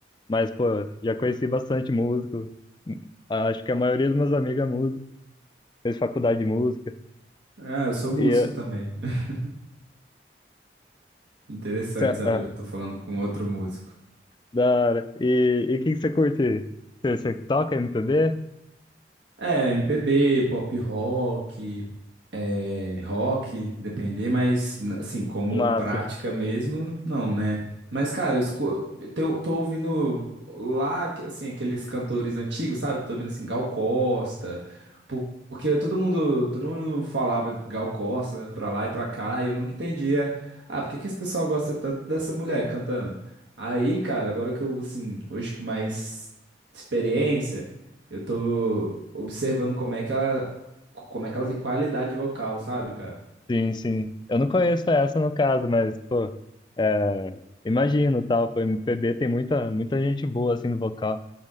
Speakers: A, on the left; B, on the right.
A: Mas, pô, já conheci bastante músico. Acho que a maioria dos meus amigos é músico. Fez faculdade de música.
B: Ah, eu sou músico
A: E, eh,
B: também. <laughs> Interessante
A: cê-
B: saber
A: ah,
B: que eu tô falando com outro músico.
A: da hora. E, e o que que você curte? Você, você toca MPB?
B: É, MPB, pop rock, é, rock, depender, mas n- assim, como
A: Massa,
B: prática mesmo, não, né? Mas, cara, eu, esco- eu tô tô ouvindo lá, que- assim, aqueles cantores antigos, sabe? Tô ouvindo, assim, Gal Costa, po- porque todo mundo, todo mundo falava Gal Costa, né, pra lá e pra cá, e eu nunca entendia, ah, por que que esse pessoal gosta tanto dessa mulher cantando? Aí, cara, agora que eu, assim, hoje que mais experiência, eu tô observando como é que ela, como é que ela tem qualidade vocal, sabe, cara?
A: sim, sim. Eu não conheço essa no caso, mas, pô, é, imagino, tal, pô, MPB tem muita, muita gente boa, assim, no vocal.